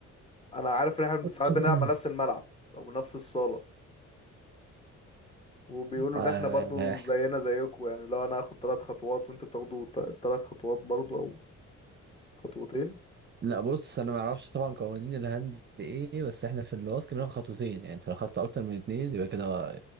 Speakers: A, on the left; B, on the right.
A: عارف ان احنا
B: <coughs>
A: ساعات بنلعب مع نفس الملعب او نفس الصالة وبيقولوا
B: آه...
A: ان احنا برضو زينا زيكم يعني لو انا هاخد ثلاث خطوات وانت بتاخدوا ثلاث خطوات برضو او خطوتين
B: لا بص انا ما اعرفش طبعا قوانين الهاند ايه بس احنا في الباسكت بناخد خطوتين يعني انت لو خدت اكتر من اتنين يبقى كده